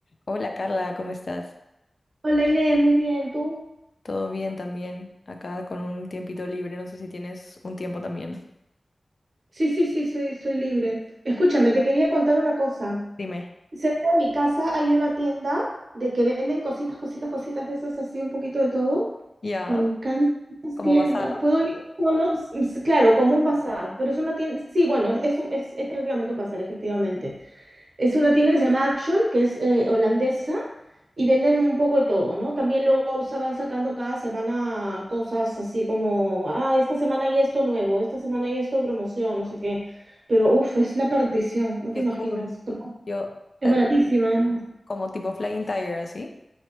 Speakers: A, on the left; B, on the right.
A: Hola Carla, ¿cómo estás?
B: Hola Inés, muy bien, ¿tú?
A: ¿Todo bien también? Acá con un tiempito libre, no sé si tienes un tiempo también.
B: Sí, sí, sí, estoy, estoy libre. Escúchame, te quería contar una cosa.
A: Dime.
B: Cerca de mi casa hay una tienda de que venden cositas, cositas, cositas de esas, así un poquito de todo.
A: ¿Ya?
B: Me encantan esas
A: ¿Como
B: tiendas.
A: bazar?
B: ¿Puedo ir solo? S- s- Claro, como un bazar, pero es una tienda, sí, bueno, es, es, un- es, es prácticamente un bazar, efectivamente. Es una tienda que se llama Action, que es eh, holandesa, y venden un poco de todo, ¿no? También luego sa- van sacando cada semana cosas así como, ah, esta semana hay esto nuevo, esta semana hay esto de promoción, no sé qué. Pero, uff, es la perdición, no
A: Qué
B: te imaginas,
A: cool.
B: porque
A: Yo,
B: es
A: eh,
B: baratísima. ¿no?
A: como tipo Flying Tiger, así.